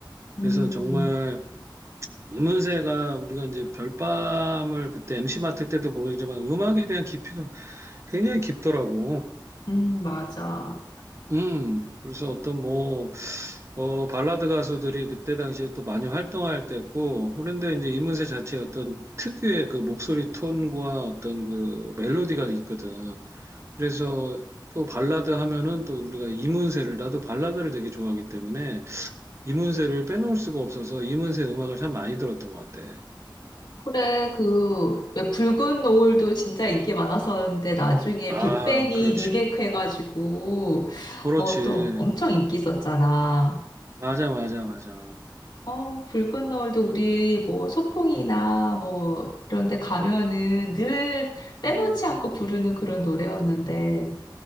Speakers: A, on the left; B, on the right.
A: 음,
B: 그래서 정말 이문세가 우리가 이제 별밤을 그때 MC 맡을 때도 보이지만 음악에 대한 깊이가 굉장히 깊더라고.
A: 음, 맞아.
B: 음, 그래서 어떤 뭐, 어, 발라드 가수들이 그때 당시에 또 많이 활동할 때고, 그런데 이제 이문세 자체의 어떤 특유의 그 목소리 톤과 어떤 그 멜로디가 있거든. 그래서 또 발라드 하면은 또 우리가 이문세를, 나도 발라드를 되게 좋아하기 때문에 이문세를 빼놓을 수가 없어서 이문세 음악을 참 많이 들었던 것 같아.
A: 그래, 그, 왜 붉은 노을도 진짜 인기 많았었는데, 나중에
B: 아,
A: 빅뱅이
B: 그렇지.
A: 리메이크해가지고,
B: 그렇지.
A: 어, 또 엄청 인기 있었잖아.
B: 맞아, 맞아, 맞아.
A: 어, 붉은 노을도 우리 뭐 소풍이나 뭐 이런 데 가면은 늘 빼놓지
B: 음.
A: 않고 부르는 그런 노래였는데.